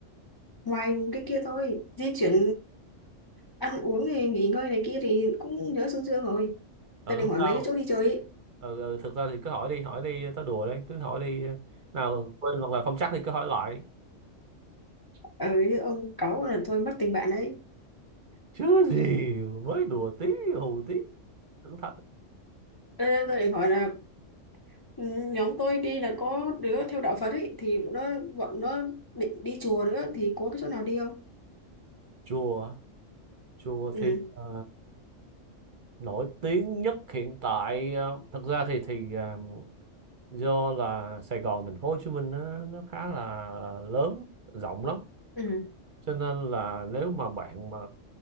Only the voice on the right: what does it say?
ừ
không
sao
ừ, ừ thực ra thì cứ hỏi đi hỏi đi tớ đùa đấy cứ hỏi đi nào quên hoặc là không chắc thì cứ hỏi lại
chứ gì mới đùa tí hù tí tưởng thật
chùa chùa
thì ờ, nổi tiếng nhất hiện tại ờ, thực ra thì thì ờ, do là Sài Gòn thành phố Hồ Chí Minh nó nó khá là lớn rộng lắm
cho nên là nếu mà bạn mà